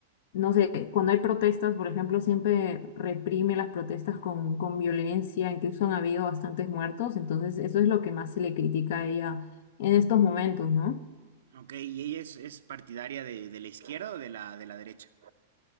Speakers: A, on the left; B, on the right.
A: no sé, cuando hay protestas, por ejemplo, siempre reprime las protestas con, con violencia, incluso han habido bastantes muertos, entonces eso es lo que más se le critica a ella en estos momentos, ¿no?
B: Ok, ¿y ella es, es partidaria de, de la izquierda o de la, de la derecha?